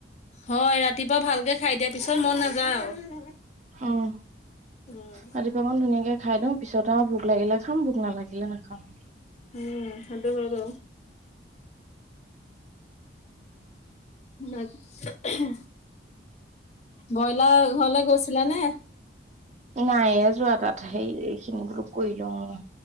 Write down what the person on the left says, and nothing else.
হয় ৰাতিপুৱা ভালকৈ খাই দিয়া পিছত মন নাযায় আৰু।
উম
উম সেইটো হয় বাৰু। নাই ব্ৰইলাৰ ঘৰলে গৈছিলা নে?